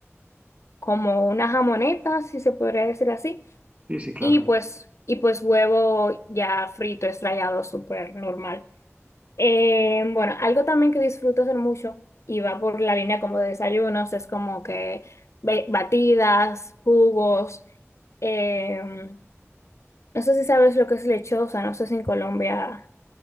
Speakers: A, on the left; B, on the right.
A: como una jamoneta, si se podría decir así,
B: Sí, sí, claro.
A: y pues, y pues huevo ya frito, estrellado, súper normal. Eh, bueno, algo también que disfruto hacer mucho y va por la línea como de desayunos, es como que be- batidas, jugos. eh, no sé si sabes lo que es lechosa, no sé si en Colombia